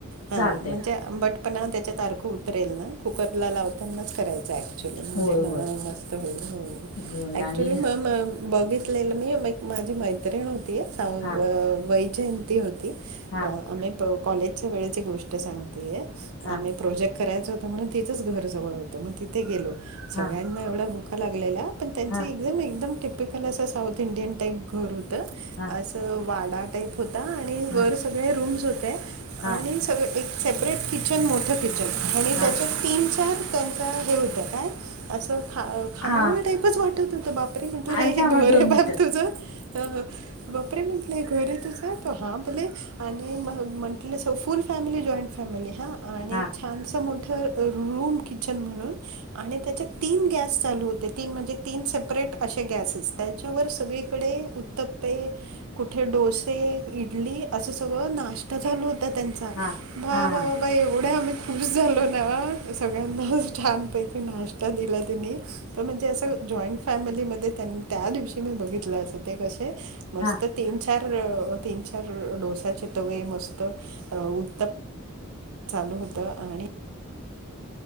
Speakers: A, on the right; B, on the left.
A: हां
B: चालते
A: म्हणजे आंबट पणा त्याच्यात अर्क उतरेल ना कुकरला लावतानाच करायचं ऍक्च्युली म्हणजे
B: होय
A: म
B: होय
A: मस्त होईल. हो.
B: होय
A: ऍक्चुली
B: आणि
A: म म बघि असलेलं मी म एक माझी मैत्रिण होती. सावंत
B: हा
A: वैजयंती होती.
B: हा
A: आम्ही कॉलेजच्या वेळेची गोष्ट सांगतेय
B: हा
A: आम्ही प्रोजेक्ट करायचं होत. म्हणून तिचंच घर जवळ होतं मग तिथे गेलो. सगळ्यांना
B: हा
A: एवढा भुका लागलेल्या पण त्यांच
B: हा
A: ज म एकदम टिपिकल असं साऊथ इंडियन टाईप घर होतं
B: हा
A: असं वाडा टाईप होता. आणि
B: हा
A: वर सगळे रूम्स होते
B: हा
A: आणि सगळे एक सेपरेट कि किचन मोठं किचन आणि
B: हा
A: त्याच्यात तीन चार त्यांच्या हे होत्या. काय? असं ख खानावळ
B: हा
A: टाईपच वाटत होत बापरे म्हटलं हे
B: आल थांबा
A: घरयं
B: दोन
A: बाप
B: मिनिटं
A: तुझं? अ ह - बापरे म्हटलेय हे घर आहे तुझ? हा बले आणि मग म्हटलं असं फुल फॅमिली, जॉईंट फॅमिली हा. आणि
B: हा
A: छानस मोठ रूम किचन म्हणून आणि त्या चे तीन गॅस चालू होते. तीन म्हणजे तीन सेपरेट असे गॅसेस. त्याच्यावर सगळीकडे उत्तप्पे, कुठे डोसे - इडली असं सगळं नाष्ट्ता चालू होता त्यांचा.
B: हा
A: बा
B: हा
A: बाबा
B: हा
A: बा! एवढ्या आम्ही खुश झालो ना, सगळ्यांनाच छानपैकी नाश्त ता दिला तिनी. त म्हणजे असं जॉईंट फॅमिलीमध्ये त्यांनी त्या दिवशी मी बघितलं असं ते कसे, मस्त
B: हा
A: तीन चार तीन चार डोश्याचे तवे मस्त. उत चालू होत आणि